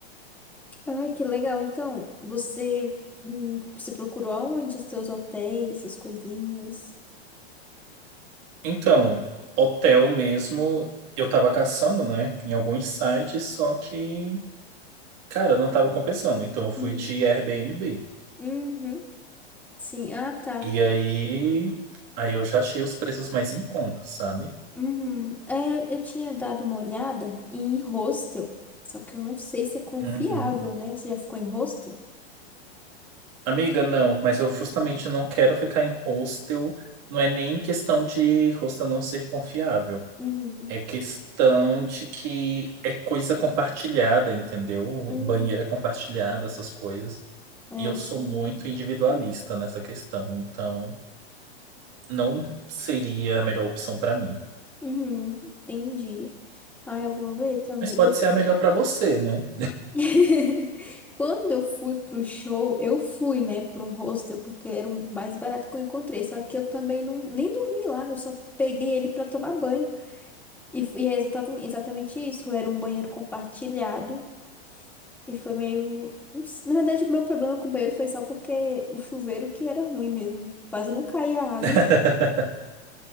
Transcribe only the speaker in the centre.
Ai, que legal. Então, você, hum, você procurou aonde os teus hotéis, essas coisinhas?
Uhum.
Uhum. Sim. Ah, tá.
Uhum. É, eu, eu tinha dado uma olhada em hostel, só que eu não sei se é confiável,
né? Você já ficou em hostel?
Uhum.
Uhum.
É,
sim.
Uhum. Entendi. Ah, eu vou ver também.
Eu f-
<laughs> Quando eu fui pro show, eu fui, né, para um hostel, porque era o mais barato que eu encontrei. Só que eu também não nem dormi lá, eu só peguei ele para tomar banho. E, f- e é exatamente, exatamente isso, era um banheiro compartilhado. E foi meio. não s- Na verdade, o meu problema com o banheiro foi só porque o chuveiro que era ruim mesmo. Tipo, quase não caía água,